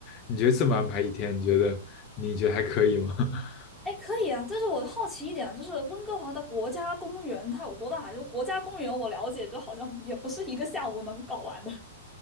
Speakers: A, on the left (about 35°); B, in the centre.
A: 你觉得这么安排一天，你觉得你觉得还可以吗？<laughs>
B: 哎，可以啊，但是我好奇一点啊，就是温哥华的国家公园它有多大？就国家公园我了解，就好像也不是一个下午能搞完的。